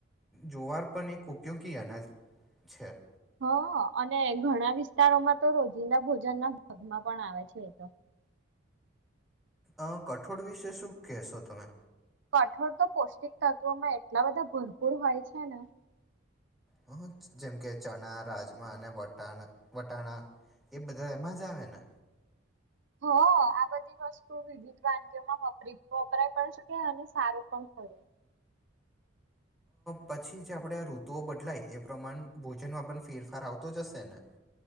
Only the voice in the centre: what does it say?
જોવાર પણ એક ઉપયોગી અનાજ છે.
અ કઠોળ વિશે શું કહેશો તમે?
હ જેમ કે ચણા, રાજમા અને વટાણ વટાણા એ બધા એમાં જ આવે ને?
પછી જે આપણે આ ઋતુઓ બદલાય એ પ્રમાણ ભોજનમાં પણ ફેરફાર આવતો જશે ને.